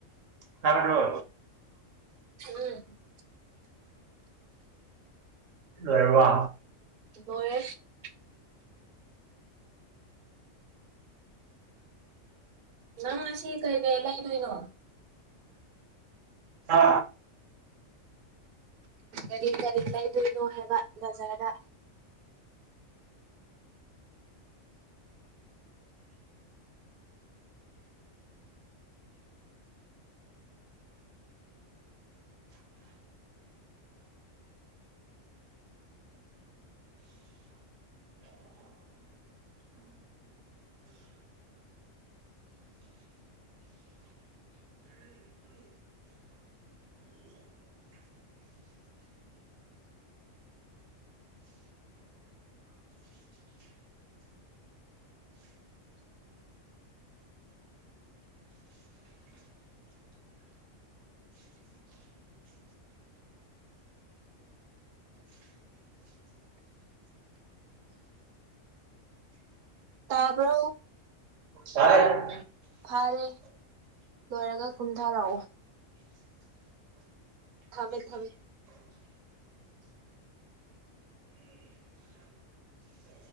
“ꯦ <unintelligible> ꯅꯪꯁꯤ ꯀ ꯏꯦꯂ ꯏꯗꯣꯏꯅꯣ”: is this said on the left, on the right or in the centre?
Right